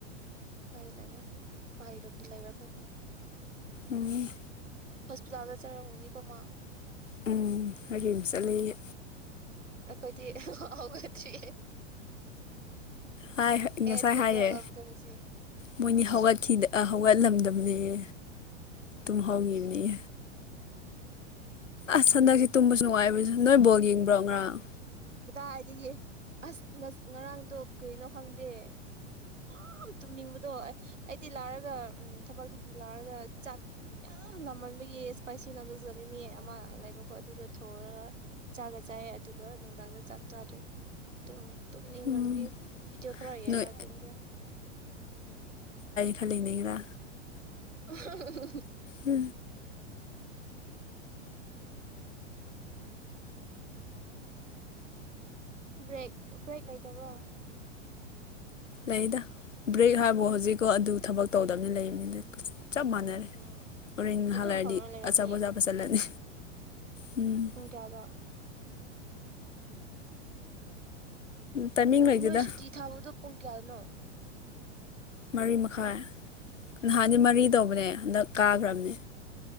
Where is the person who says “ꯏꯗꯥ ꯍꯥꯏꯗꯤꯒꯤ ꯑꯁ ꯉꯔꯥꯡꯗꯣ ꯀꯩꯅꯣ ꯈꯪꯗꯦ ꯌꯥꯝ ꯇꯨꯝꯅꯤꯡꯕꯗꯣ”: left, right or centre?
Right